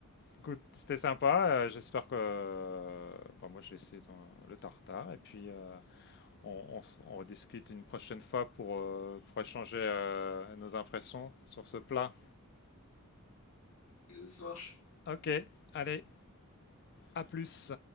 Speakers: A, on the left; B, on the left.
A: Écoute, c'était sympa. euh, j'espère que, euh, bah, moi, j'ai essayé ton- le tartare et puis euh, on, on s- on rediscute une prochaine fois pour, euh, pour échanger euh, nos impressions sur ce plat.
B: euh, ça marche.
A: Ok, allez, à plus.